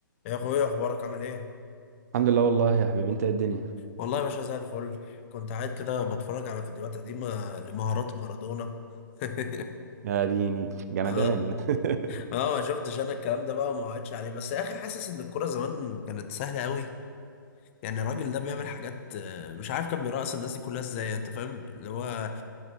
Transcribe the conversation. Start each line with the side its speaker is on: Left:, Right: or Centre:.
Left: يا اخويا اخبارك عامل ايه
Right: الحمد لله والله يا حبيبي انت ايه الدنيا
Left: والله يا باشا زي الفل كنت قاعد كده بتفرج على فيديوهات قديمه لمهارات مارادونا <laughs>
Right: يا ديني جمدان
Left: اه
Right: <laughs>
Left: اه ما شفتش انا الكلام ده بقى وما وعدتش عليه بس يا اخي حاسس ان الكوره زمان كانت سهله قوي يعني الراجل ده بيعمل حاجات آه، مش عارف كان بيرقص الناس دي كلها ازاي انت فاهم اللي هو